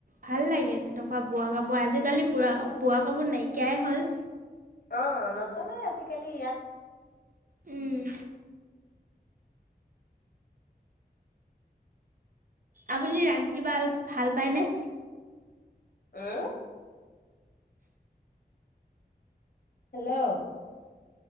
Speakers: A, on the right (about 55°); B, on the left (about 60°).
A: ভাল লাগে তেনেকুৱা বোৱা কাপোৰ, আজিকালি বুঢ়া বোৱা কাপোৰ নাইকিয়াই হ'ল।
B: অ', নচলে আজিকালি ইয়াত।
A: উম। আপুনি ৰান্ধি বাল ভাল পায়নে?
B: উহ। হেল্ল'।